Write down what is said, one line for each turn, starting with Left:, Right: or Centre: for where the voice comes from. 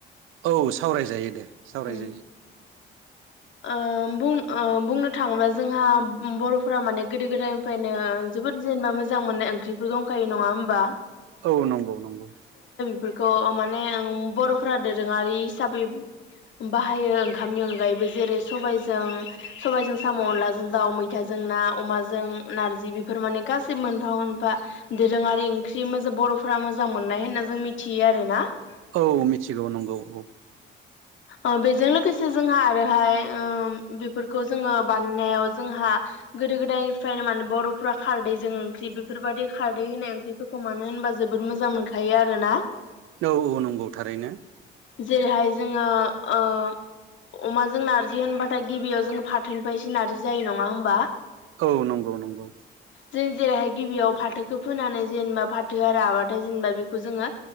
Right: औ सावरायजायो दे सावरायजायो
Left: उम
Right: ।
Left: ओ बुं ओ बुंनो थाङोब्ला जोंहा बर'फोरा माने गोदो गोदायनिफ्रायनो जोबोद जेनेबा मोजां मोननाय ओंख्रिफोर दंखायो नङा होमबा?
Right: औ नंगौ नंगौ ।
Left: बेखौ माने आम बर'फोरा दोरोङारि हिसाबै बाहायो ओंखामनि अनगायैबो । जेरै सबायजों - सबायजों साम' अनलाजों दाउ मैथाजों ना अमाजों नारजि बेफोर थारमाने गासै मोनफा मोनफा दोरोङारि ओंख्रि मोजो बर'फ्रा मोजां मोननाय होनना जों मिथियो आरो ना ।
Right: औ मिथिगौ नंगौ औ ।
Left: ओ बेजों लोगोसे जोंहा आद आरोहाय ओ बेफोरखौ जोङो बानायनायाव जोंहा गोदो गोदायनिफ्रायनो माने बर' फुरा खारदै जों ओंख्रि बेफोरबायदि खारदै होनाय ओंख्रिफोरखौ मानो होनबा जोबोद मोजां मोनखायो आरो ना ।
Right: औ औ नंगौ थारैनो ।
Left: जेरैहाय जोङो ओ अमाजों नार्जि होनबाथाय गिबियाव जोंङो फाथोनिफ्रायसो नारजि जायो नङा होमबा?
Right: औ नंगौ नंगौ
Left: जों जेरैहाय गिबियाव फाथोखौ फोनानै जेनबा फाथोआ राबाथाय जेनबा बेखौ जोङो